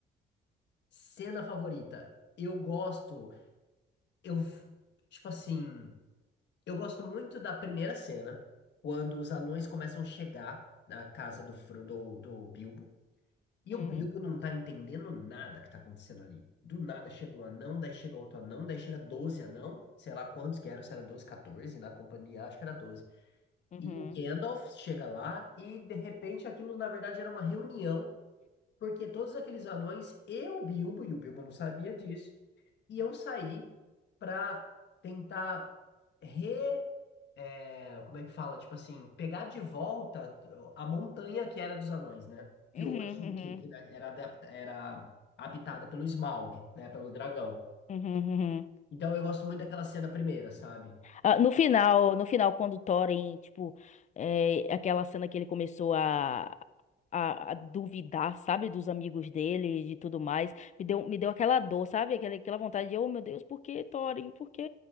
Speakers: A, on the left (about 60°); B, on the left (about 35°).
A: Cena favorita. Eu gosto. Eu. Tipo assim. Eu gosto muito da primeira cena, quando os anões começam a chegar na casa do, Fro- do, do Bilbo. E
B: Uhum,
A: o Bilbo não tá entendendo nada que tá acontecendo ali. Do nada chega um anão, daí chega outro anão, daí chega 12 anão, sei lá quantos que eram, se era 12, 14, na companhia acho que era doze
B: uhum.
A: E o Gandalf chega lá e de repente aquilo na verdade era uma reunião, porque todos aqueles anões e o Bilbo, e o Bilbo não sabia disso, E eu saí para tentar re. é, como é que fala? Tipo assim, pegar de volta a montanha que era dos anões, né? Que
B: Uhum,
A: hoje
B: uhum.
A: que, que né, era, adap- era habitada pelo Smaug, né? Pelo dragão.
B: Uhum, uhum. uhum.
A: Então eu gosto muito daquela cena primeira, sabe?
B: Ah, no final, no final, quando o Thorin, tipo, é, aquela cena que ele começou a, a, a duvidar, sabe, dos amigos dele e de tudo mais, me deu, me deu aquela dor, sabe, aquela, aquela vontade de, oh meu Deus, por que, Thorin, por que?